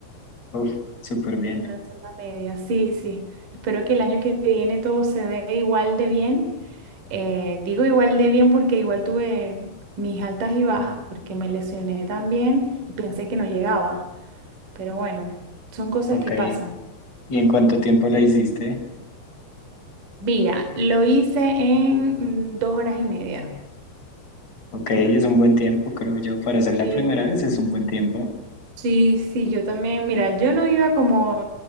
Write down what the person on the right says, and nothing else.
Me lancé la media, sí, sí. Espero que el año que viene todo se dé igual de bien. Eh, digo igual de bien porque igual tuve mis altas y bajas, porque me lesioné también y pensé que no llegaba. Pero bueno, son cosas
que pasan.
Mira, lo hice en mm, dos horas y media.
Sí.
Sí, sí, yo también, mira, yo no iba como